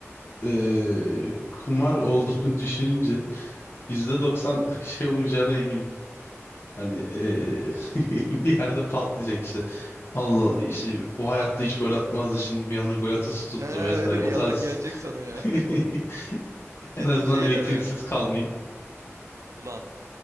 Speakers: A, on the left; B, on the right.
A: eee, kumar olduğunu <laughs> düşününce %90 şey olmayacağına eminim. Hani eee, <laughs> bir yerde patlayacak işte. Allah işte bu hayatta hiç gol atmazdı şimdi bir anda gol atası tuttu
B: He
A: vesaire.
B: öyle
A: O
B: bir yalan
A: tarz
B: gelecek sana ya.
A: <laughs>
B: <laughs> Kesin
A: en azından
B: şey
A: elektriksiz
B: der ha.
A: kalmayayım.
B: Ulan